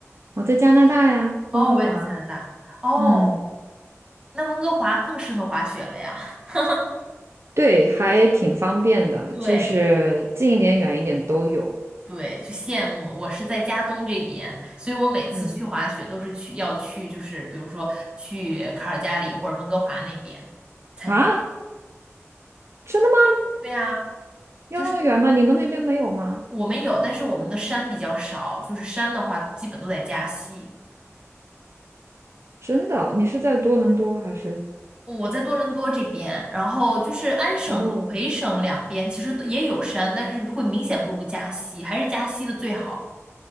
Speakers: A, on the right; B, on the right.
A: 我在加拿大呀，
B: 哦，
A: 温哥华。
B: 我也在加拿大。哦，
A: 嗯，
B: 那温哥华更适合滑雪了呀。<laughs>
A: 对，还挺方便的，
B: 对
A: 就是近一点、远一点都有。
B: 对，就羡慕。我是在加东这边，所以我每次去滑雪都是去要去，
A: 嗯，
B: 就是比如说去卡尔加里或者温哥华那边才能。
A: 啊，真的吗？
B: 对呀，
A: 要那么远吗？
B: 就是因为
A: 你们那边没有吗？
B: 我们有，但是我们的山比较少，就是山的话基本都在加西。
A: 真的，你是在多伦多还是？
B: 我在多伦多这边，然后就是安省和魁省两边其实都也有山，
A: 哦。
B: 但是会明显不如加西，还是加西的最好。